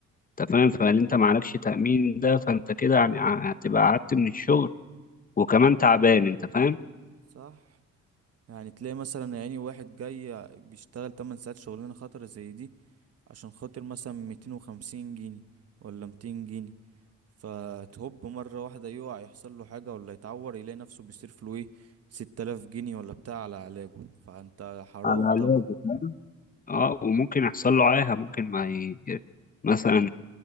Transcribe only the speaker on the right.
صح يعني تلاقي مثلا يعني واحد جاي بيشتغل 8 ساعات شغلانة خطرة زي دي عشان خاطر مثلا 250 جنيه ولا 200 جنيه فتهب مرة واحدة يقع يحصل له حاجة ولا يتعور يلاقي نفسه بيصرف له ايه 6000 جنيه ولا بتاع على علاجه فانت حرام
طبعا